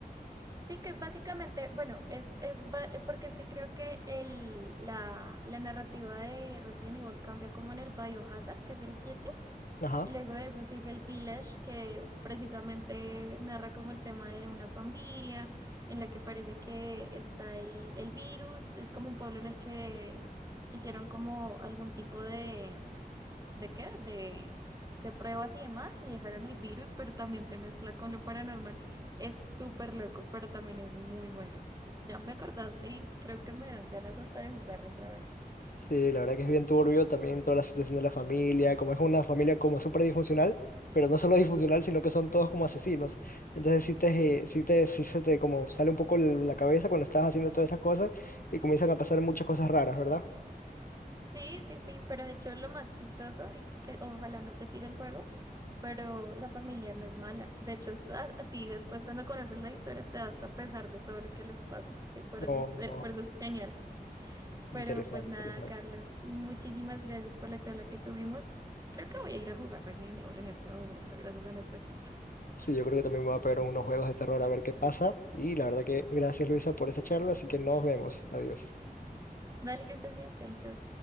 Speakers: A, on the right; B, on the left.
A: Sí, que es básicamente, bueno, es, es ba- eh, porque es que creo que el, la, la narrativa de Resident Evil cambia como en el Biohazard, que es el siete
B: ajá
A: Y luego de eso sigue el Village, que precisamente narra como el tema de una familia en la que parece que está el, el virus. Es como un pueblo en el que hicieron como algún tipo de... ¿De qué? De, de pruebas y demás y dejaron el virus, pero también se mezcla con lo paranormal. Es súper loco, pero también es muy bueno. Ya me acordaste y creo que me dan ganas hasta de jugarlo otra vez.
B: Sí, la verdad que es bien turbio también toda la situación de la familia, como es una familia como súper disfuncional, pero no solo disfuncional, sino que son todos como asesinos. Entonces sí te, eh, sí te, sí se te como sale un poco la cabeza cuando estás haciendo todas esas cosas y comienzan a pasar muchas cosas raras, ¿verdad?
A: Sí, sí, sí, pero de hecho lo más chistoso, y que ojalá no te tire el juego, pero la familia no es mala. De hecho, a, a ti después cuando conoces la historia te da hasta pesar de todo lo que les pasa. eh, Por
B: No,
A: eso es, eh,
B: no,
A: por eso es genial. Pero
B: interesante,
A: pues nada,
B: interesante.
A: Carlos, muchísimas gracias por la charla que tuvimos. Creo que voy a ir a jugar Resident Evil en este momento, gracias a nuestra charla.
B: Sí, yo creo que también me voy a pegar unos juegos de terror a ver qué pasa y la verdad que gracias Luisa por esta charla, así que nos vemos, adiós.
A: Vale, que estés bien, chaitos.